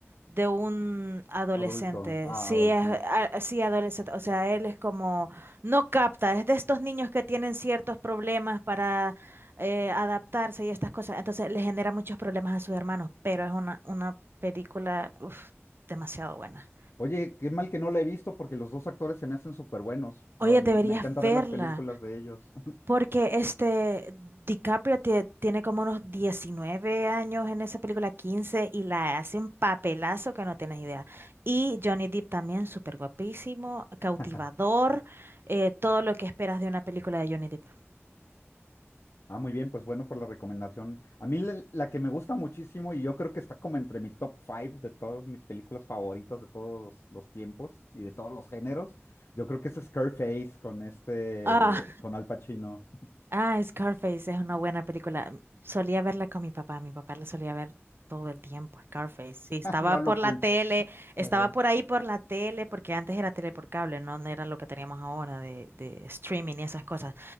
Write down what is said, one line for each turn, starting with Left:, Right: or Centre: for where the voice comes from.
Right: de un adolescente.
Left: Adulto, ah,
Right: Sí,
Left: adolescente.
Right: es a- sí, adolescente. O sea, él es como, no capta, es de estos niños que tienen ciertos problemas para eh, adaptarse y estas cosas. Entonces le genera muchos problemas a sus hermanos, pero es una, una película uf, demasiado buena.
Left: Oye, qué mal que no la he visto porque los dos actores se me hacen súper buenos.
Right: Oye,
Left: No, Me,
Right: deberías
Left: me encanta ver
Right: verla.
Left: las películas de ellos.
Right: Porque este DiCaprio tie- tiene como unos 19 años en esa película, 15 y la hace un papelazo que no tienes idea. Y Johnny Depp también, súper guapísimo, cautivador,
Left: <laughs>
Right: eh, todo lo que esperas de una película de Johnny Depp.
Left: Ah, muy bien, pues bueno por la recomendación. A mí la, la que me gusta muchísimo y yo creo que está como entre mi top five de todas mis películas favoritas de todos los tiempos y de todos los géneros, yo creo que es Scarface con este,
Right: Ah,
Left: con Al Pacino.
Right: ah, Scarface es una buena película. Solía verla con mi papá, mi papá la solía ver todo el tiempo, Scarface. Sí, estaba
Left: <laughs> No
Right: por
Left: lo culpo.
Right: la tele,
Left: Ajá.
Right: estaba por ahí por la tele, porque antes era tele por cable, no No era lo que teníamos ahora de, de streaming y esas cosas.